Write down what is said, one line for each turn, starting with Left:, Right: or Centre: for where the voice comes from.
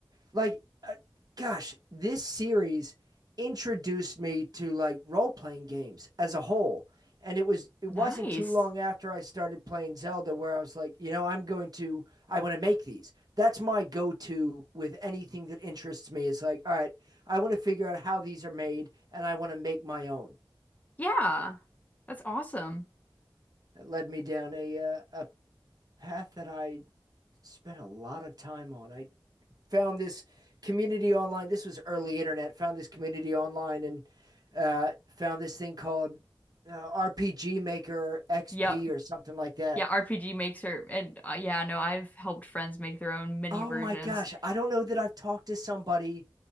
Right: like uh, gosh this series introduced me to like role-playing games as a whole and it was it
Left: Nice.
Right: wasn't too long after i started playing zelda where i was like you know i'm going to i want to make these that's my go-to with anything that interests me it's like all right i want to figure out how these are made and i want to make my own
Left: Yeah. That's awesome.
Right: it led me down a uh, a path that i spent a lot of time on i found this community online. This was early internet. Found this community online and uh, found this thing called uh, RPG Maker XP
Left: Yep.
Right: or something like that.
Left: Yeah, RPG Maker, and uh, yeah, no, I've helped friends make their own mini
Right: Oh
Left: versions.
Right: my gosh, I don't know that I've talked to somebody